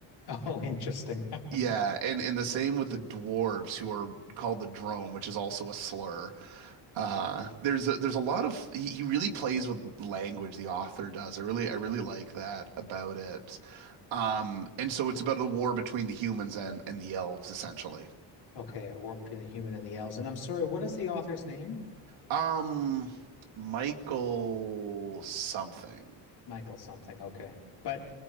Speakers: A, on the left; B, on the right.
A: Oh, interesting. <laughs>
B: Yeah, and and the same with the dwarves who are called the drome, which is also a slur. Uh, there's a, there's a lot of he, he really plays with language, the author does. I really I really like that about it. Um, and so it's about a war between the humans and and the elves essentially.
A: Okay, a war between the human and the elves. And I'm sorry, what is the author's name?
B: Um, Michael something
A: Michael something. Okay. But